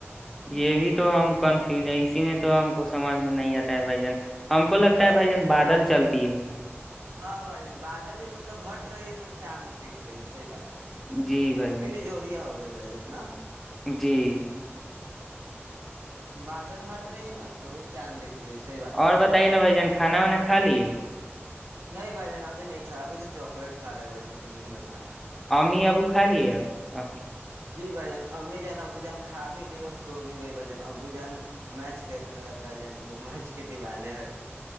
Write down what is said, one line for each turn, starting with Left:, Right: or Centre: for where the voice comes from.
Centre: یہ بھی تو ہم کنفیوز ہے اسی میں تو ہم کو سمجھ میں نہیں آتا ہے بھائی جان ہم کو لگتا
Right: نہیں
Centre: ہے بھائی جن
Right: جان
Centre: بادل چلتی ہے
Right: ہاں بھائی جن بادل ہی مطلب ہٹ رہی ہے تو چاند دکھ رہی ہے صح بات
Centre: ہے جی بھائی جان
Right: پھر یہ جووریا ہو گئے ب ج نا <unintelligible>
Centre: جی
Right: بادل ہٹ رہی ہے نا تو وہی چاند د صحی بات ہے
Centre: اور
Right: بھائی
Centre: بتائیے نا جان کھانا وانا کھا لیے
Right: نہیں بھائی جان ابھی نہیں کھیا ابھی تو چاکلیٹ کھا لے بھائی جان کی نیند نہ ہے
Centre: امیمی ابو کہا لے آپ کے
Right: جی بھ جان امی جان ابو جان کھا بھی لی اور سو بھی گئی بھ جن ابو جان میچ دیکھ رہے ہے بھ جان وہ میچ کی دیوانے ہے